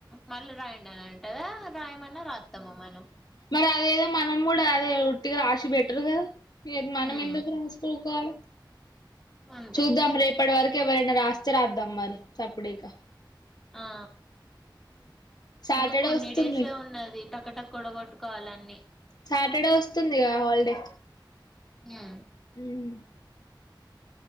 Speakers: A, in the centre; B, on the left.
A: మళ్ళీ రాయండని అంటదా రాయమన్నా రాత్తమ మనం
B: మరి అదేదో మనం గూడా అదే ఒట్టిగా రాసి బెటర్ కద మనం
A: ఉమ్
B: ఎందుకు రాసుకో కాలె
A: అంతే
B: చూద్దాం రేపటి వరకు ఎవరైనా రాసి రాద్దాం మరి చప్పుడేకా
A: ఆ
B: సాటర్డే
A: ఇంకా కొన్ని
B: వస్తుంది
A: డేసే ఉన్నది టక్కటక్ కొడగొట్టుకోవాలన్ని
B: సాటర్డే వస్తుంది గా హాలిడే
A: ఉమ్
B: మ్